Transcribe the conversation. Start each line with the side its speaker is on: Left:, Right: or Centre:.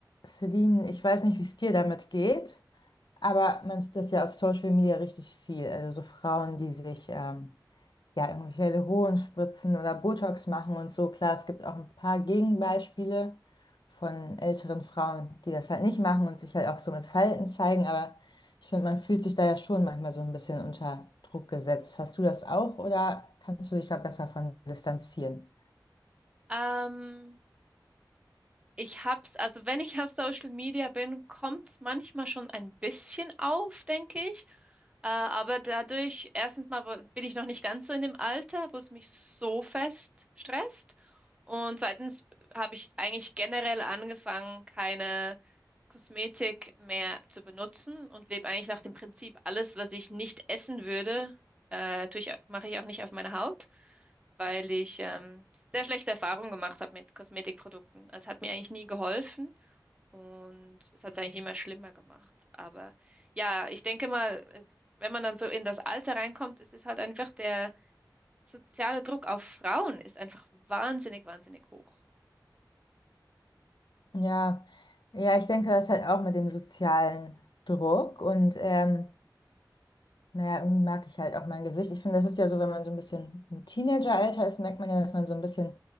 Left: Celine, ich weiß nicht, wie es dir damit geht, aber man sieht das ja auf Social Media richtig viel. Also so Frauen, die sich ähm, ja irgendwelche Hyaluron spritzen oder Botox machen und so. Klar, es gibt auch ein paar Gegenbeispiele von älteren Frauen, die das halt nicht machen und sich halt auch so mit Falten zeigen, aber ich finde, man fühlt sich da ja schon manchmal so ein bisschen unter Druck gesetzt. Hast du das auch oder kannst du dich da besser von distanzieren?
Right: Ähm, ich hab's, also wenn ich auf Social Media bin, kommt's manchmal schon ein bisschen auf, denke ich. Äh, aber dadurch, erstens mal wo- bin ich noch nicht ganz so in dem Alter, wo es mich so fest stresst. Und zweitens habe ich eigentlich generell angefangen, keine Kosmetik mehr zu benutzen und lebe eigentlich nach dem Prinzip, alles, was ich nicht essen würde, äh, tue ich, mache ich auch nicht auf meine Haut, weil ich ähm, sehr schlechte Erfahrungen gemacht habe mit Kosmetikprodukten. Also, Es hat mir eigentlich nie geholfen und es hat es eigentlich immer schlimmer gemacht. Aber ja, ich denke mal, äh, wenn man dann so in das Alter reinkommt, es ist halt einfach der soziale Druck auf Frauen ist einfach wahnsinnig, wahnsinnig hoch.
Left: Ja, ja, ich denke, das ist halt auch mit dem sozialen Druck und ähm, naja, irgendwie mag ich halt auch mein Gesicht. Ich finde, das ist ja so, wenn man so ein bisschen
Right: Mhm.
Left: im Teenageralter ist, merkt man ja, dass man so ein bisschen